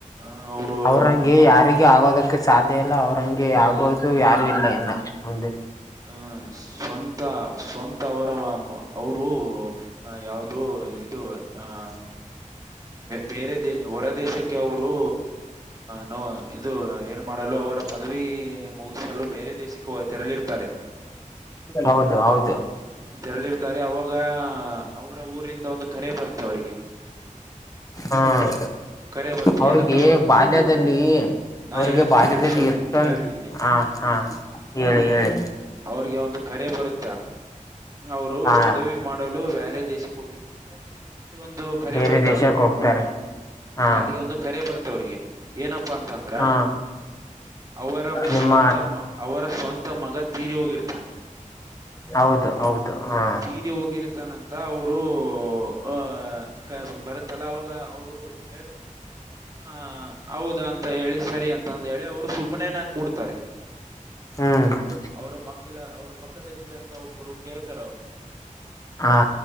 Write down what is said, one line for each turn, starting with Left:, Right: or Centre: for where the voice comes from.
Right: ಆ ಅವರು
Left: ಅವ್ರಂಗೆ
Right: ನಮ್ಮ
Left: ಯಾರಿ ಆಗೋದಕ್ಕೆ ಸಾಧ್ಯ ಇಲ್ಲ ಅವ್ರಂಗೆ ಆಗೋದು ಯಾರು ಇಲ್ಲ ಇನ್ನ ಮುಂದೆ.
Right: ಹಂ ಸ್ವಂತ ಸ್ವಂತ ಅವರ ಮಾ ಅವರು. ಆ ಯಾವುದು ಇದು ಆಹ ಬೇರೆ ದ ಹೊರ ದೇಶ ಕ್ಕೆ ಅವರು ನೊ ಇದು ಏನ್ ಮಾಡಲು ಅವರ. ಪದವಿ ಮುಗಿಸಲು ಬೇರೆ ದೇಶಕ್ಕೆ ತೆರಳಿರ್
Left: ಹೌದು ಹೌದು.
Right: ತೆರಳಿರ್ತಾರೆ ಅವಾಗ ಅವರ ಊರಿಂದ ಒಂದು ಕರೆ ಬರುತ್ತೆ ಅವರಿಗೆ.
Left: ಹಾಂ
Right: ಕರೆ ಬರುತ್ತೆ
Left: ಅವ್ರಿಗೆ
Right: ಏನಂತ ಬರುತ್
Left: ಬಾಲ್ಯದಲ್ಲಿ
Right: ನಾ
Left: ಅವ್ರಿಗೆ
Right: ಹೇಳದ್
Left: ಬಾಲ್ಯದಲ್ಲಿ.
Right: ಕೇಳ್ರಿ ಸ್ವಾಮಿ
Left: ತಂದ್
Right: ಕೇಳ್ರಿ ಇಲ್ಲಿ
Left: ಹಾ ಹಾ ಹೇಳಿ
Right: ಆ
Left: ಹೇಳಿ.
Right: ಅವ್ರಿಗೆ ಒಂದು ಕರೆ ಬರುತ್ತ ಅವರು
Left: ಹಾ
Right: ಪದವಿ ಮಾಡಲು ಬ್ಯಾರೆ. ದೇಶಕ್ಕೆ ಹೋಗಿರ್ತಾರೆ ಅಲ್ಲಿ ಒಂದು ಕರೆ
Left: ಬೇರೆ
Right: ಬರ್ತ
Left: ದೇಶಕ್ಕೆ
Right: ಅವ್ರಿಗೆ
Left: ಹೋಗ್ತಾರೆ
Right: ಹ್ಮ್
Left: ಹಾ
Right: ಅಲ್ಲಿಗೆ ಒಂದು ಕರೆ ಬರ್ತ ತವ್ರಿಗೆ. ಏನಪ್ಪಾ ಅಂತಂದ್ರ
Left: ಹಾ
Right: ಅವರ
Left: ನಿಮ್ಮ
Right: ಸ್ವಂತ ಮ ಅವರ ಸ್ವಂತ ಮಗ. ತೀರಿ ಹೋಗಿರ್ತಾನ
Left: ಹೌದು ಹೌದು ಹಾಂ.
Right: ತೀರಿ ಹೋಗಿರ್ತಾನಂತ ಅವರು ಅ ಕ ಬರುತ್ತಲ್ಲ ಅವಾಗ ಅವರು. ಹೇಳ್ತಾರೆ ಹ ಹೌದಾ ಅಂತ ಹೇಳಿ ಸರಿ ಅಂತಾಂದ ಹೇಳಿ ಅವರು ಸುಮ್ನೇನ. ಕೂಡ್ತಾರೆ.
Left: ಹ್ಮ್
Right: ಅವರ ಮಗ್ಲ ಅವ್ರ ಪಕ್ಕದಲ್ಲಿದ್ದಂತ ಒಬ್ರು. ಕೇಳ್ತಾರ ಅವ್ರನ
Left: ಹಾ